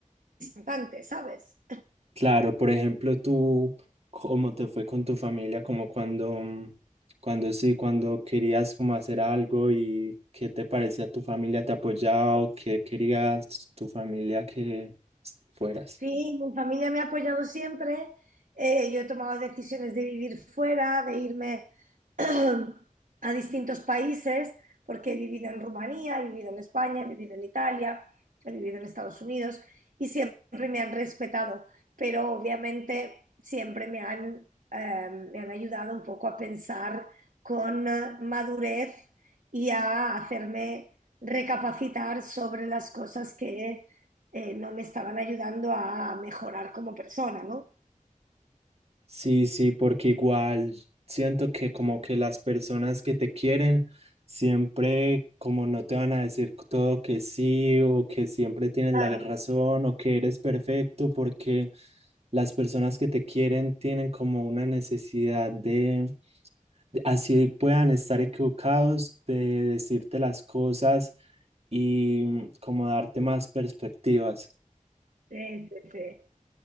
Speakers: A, on the right (about 70°); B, on the right (about 50°).
A: cantante", ¿sabes?
B: Claro, por ejemplo, tú, ¿cómo te fue con tu familia? Como cuando, mm, cuando sí, cuando querías como hacer algo y qué te parecía tu familia, te apoyaba o qué querías tu familia que s- fueras.
A: Sí, mi familia me ha apoyado siempre. Eh, yo he tomado decisiones de vivir fuera, de irme <clears throat> a distintos países, porque he vivido en Rumanía, he vivido en España, he vivido en Italia, he vivido en Estados Unidos y siempre me han respetado, pero obviamente siempre me han, eh, me han ayudado un poco a pensar con eh, madurez y a hacerme recapacitar sobre las cosas que eh, no me estaban ayudando a mejorar como persona, ¿no?
B: Sí, sí, porque igual siento que como que las personas que te quieren siempre como no te van a decir todo que sí o que siempre tienes
A: Claro.
B: la razón o que eres perfecto porque las personas que te quieren tienen como una necesidad de, de- así puedan estar equivocados, de decirte las cosas y mm, como darte más perspectivas.
A: Sí, sí, sí,